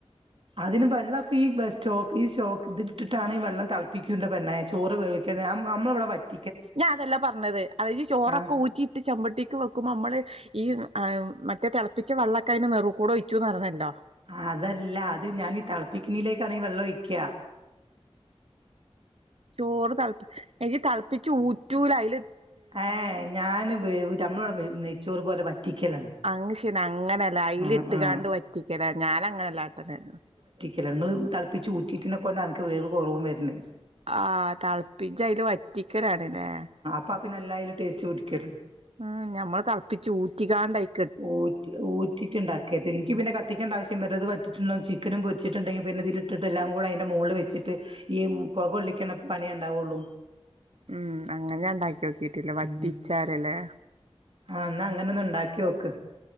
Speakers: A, on the right (about 55°); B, on the right (about 70°).
A: അതിന് വെള്ളൊക്കെ ഈ വെ സ്റ്റോക്ക് ഈ സ്‌റ്റോക്ക് ത്ട്ടിട്ടാണ് ഈ വെള്ളം തൾപ്പിക്ക്‌ണ്ട് പെണ്ണേ ചോറ് വേവിക്കുന്നത് നമ്മള നമ്മളവടെ വറ്റ്
B: ഞാൻ അതല്ല പർഞ്ഞത് അയ്ല് ചോറൊക്കെ
A: ആ
B: ഊറ്റിട്ട് ചെമ്പട്ടിക്ക് വെക്കുമ്പോ ഞമ്മള് ഈ ആ മറ്റേ തെൾപ്പിച്ച വെള്ളൊക്കെ അയ്ന്റെ നെറു കൂടെ ഒയ്ച്ചൂന്ന് പർഞ്ഞല്ലോ
A: ആ അതല്ല അത് ഞാനീ തൾപ്പിക്കേന്നെക്കാണീ വെള്ളൊയ്ക്ക
B: ചോറ് തൾപ് എനിക്ക് തൾപ്പിച്ചൂറ്റൂല അയ്ല്
A: ഏഹ് ഞാന് ബെവ്റ്റ നമ്മളോടെ നെയ്ച്ചേറ് പോലെ വറ്റിക്കലാണ്
B: അങ് ശെന അങ്ങനെല്ലെ അയിലിട്ട്ങ്ങാണ്ട്
A: ആ ആ
B: വറ്റിക്കലാ ഞാനങ്ങനെല്ലാട്ടല്
A: ഇതങ്ങള് തളപ്പിച്ചൂറ്റിട്ടിനെകൊണ്ടൻക്ക് വേവ് കൊർവും വെര്ണത്
B: ആ തൾപ്പിച്ചയ്ല് വറ്റിക്കലാണ് ല്ലേ
A: പ്പ പിന്നെല്ലാ അയ്ല് ടേസ്റ്റ് പിടിക്കർ
B: ഉം ഞമ്മള് തൾപ്പിച്ചൂറ്റിക്കാണ്ടയ്
A: ഊറ്റി ഊറ്റ് റ്റിട്ട് ഇണ്ടാക്കെര്ത് ഇൻക്ക് പിന്നെ കത്തിക്കേണ്ട ആവ്ശ്യം ഇന്നെട്ട് അത് വറ്റീട്ട് ഇണ്ടാവും ചിക്കെനും പൊര്ച്ച്ട്ട് ഇണ്ടെങ്കി പിന്നെ ഇതീൽ ഇ ഇട്ട്ട്ട് ഇല്ലാ ഓൾ അയിന്റെ മേൾ വെച്ച്ട്ട് ഈ പൊക കൊള്ളിക്ക്ണ പണിയെ ഇണ്ടാകൊള്ളു.
B: ഉം അങ്ങനെ ഞാ ഇണ്ടാക്കിയോക്കീട്ട് ഇല്ല വറ്റിച്ചാരെലെ.
A: ഉം ആഹ് ഇന്നാ അങ്ങനെ ഒന്ന് ഇണ്ടാക്കിയോക്ക്